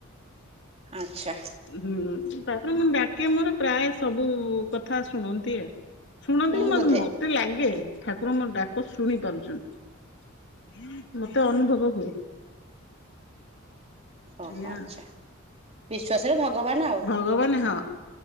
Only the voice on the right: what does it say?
ଆଚ୍ଛା।
ହୁଁ
ବୋଧେ
ଓହୋ
ଆଛା ବିଶ୍ଵାସରେ ଭଗବାନ। ଆଉ।